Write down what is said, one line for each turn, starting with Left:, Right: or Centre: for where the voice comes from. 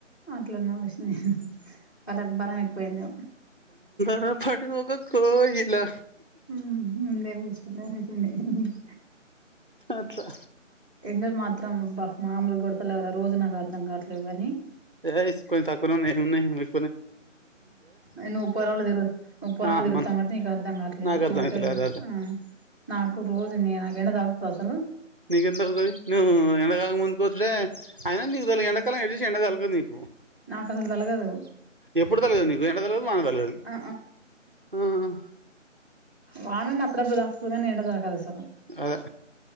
Left: అట్లాన ఓసిని హి హి వాళ్లకు బలం ఎక్కువైందేమో
Right: ఆ ఫడి ఒక కోయిలా
Left: హుహు ముందే కూసింది <unintelligible>
Right: అట్లా
Left: ఎండలు మాత్రం అబ్బా మామూలు గొడతాలేవు రా రోజు నాకు అర్ధం కావట్లేదు కానీ
Right: యెస్ కొంచం తక్కువనే ఉన్నయ్ ఏం ఉన్నయ్
Left: ఆను ముప్పై రోళ్ళులు తిరు ముప్పై
Right: ఆ
Left: రౌండ్లు తిరుగుతాం
Right: మన
Left: కట్టి ఇక అర్ధం కావట్లేదు
Right: నాకు అర్థం
Left: నాకే
Right: అయితలే అదే అదే
Left: ఆ నాకు రోజు నాకేం దాకుతుంది అసల్
Right: నీకి ఎంత అగతుది నవ ఎనగాల ముందు కోస్తే అయినా నీకుదుాల ఏండకాలం ఏడి చ ఏండడాకాల నీకు
Left: నాకు అసలు తలగదు
Right: ఎప్పుడు తగలదు నీకు ఎండ తగలదు వాన తగలదు
Left: ఆ
Right: ఆ
Left: వానన్న ప్రబుదా ఉదయాన్నే ఎకాద సి
Right: అదే